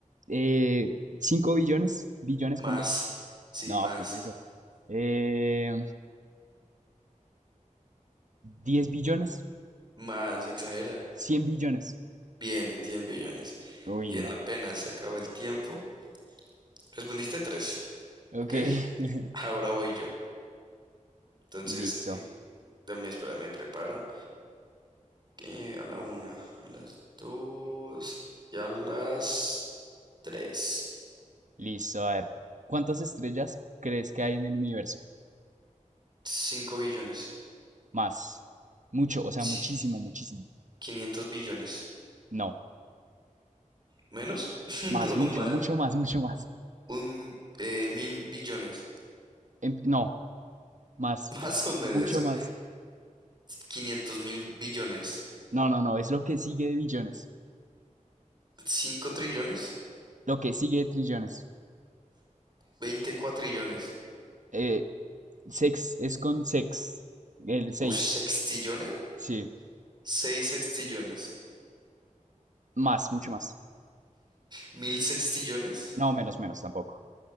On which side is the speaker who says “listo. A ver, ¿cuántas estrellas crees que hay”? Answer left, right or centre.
Right